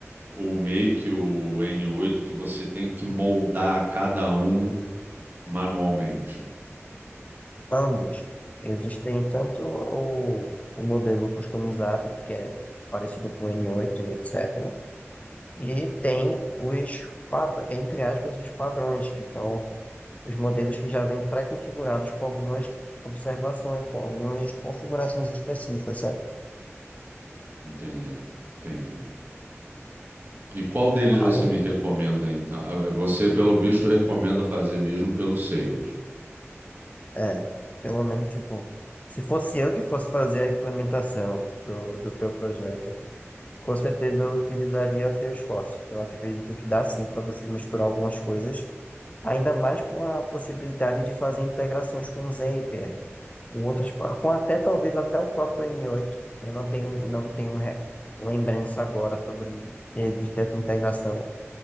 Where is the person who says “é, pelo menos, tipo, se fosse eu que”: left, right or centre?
Left